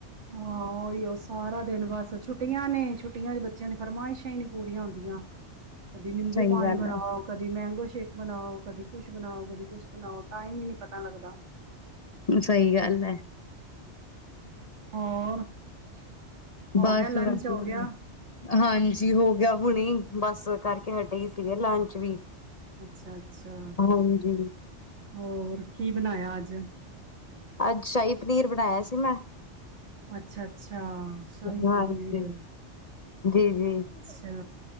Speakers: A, on the right; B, on the left.
A: ਹਾਂ, ਓਹੀ ਉਹ ਸਾਰਾ ਦਿਨ ਬਸ ਛੁੱ ਛੁੱਟੀਆਂ ਨੇ, ਛੁੱਟੀਆਂ ਬੱਚਿਆਂ ਦੀ ਫਰਮਾਇਸ਼ਾਂ ਹੀ ਨਹੀਂ ਪੂਰੀਆਂ ਹੁੰਦੀਆਂ। ਕਦੀ ਨਿੰਬੂ
B: ਸਹੀ
A: ਪਾਣੀ
B: ਗੱਲ
A: ਬਣਾਓ,
B: ਹੈ।
A: ਕਦੀ ਮੈੰਗੋ ਸ਼ੇਕ ਸ਼ੇਕ ਬਣਾਓ ਕਦੀ ਕੁੱਛ ਬਣਾਓ ਕਦੀ ਕੁੱਛ ਬਣਾਓ ਟਾਈਮ ਹੀ ਨੀ ਪਤਾ ਲੱਗਦਾ।
B: ਸਹੀ ਗੱਲ ਹੈ।
A: <unintelligible> ਹੋਰ ਹੋ
B: ਬਸ
A: ਗਿਆ ਲੰਚ
B: ਵਧੀਆ।
A: ਹੋ ਗਿਆ।
B: ਹਾਂਜੀ ਹੋ ਗਿਆ ਹੁਣੇ ਬਸ ਕਰਕੇ ਹਟੇ ਹੀ ਸੀਗੇ ਲੰਚ ਵੀ
A: ਅੱਛਾ ਅੱਛਾ
B: ਹਾਂਜੀ,
A: ਹੋਰ ਕੀ ਬਣਾਇਆ ਅੱਜ। <unintelligible>
B: ਅੱਜ ਸ਼ਾਹੀ ਪਨੀਰ ਬਣਾਇਆ ਸੀ ਮੈਂ।
A: ਅੱਛਾ ਅੱਛਾ। ਅੱਛਾ ਸ਼ਹੀ
B: ਹਾਂਜੀ।
A: ਪਨੀਰ
B: ਜੀ ਜੀ,
A: ਅੱਛਾ।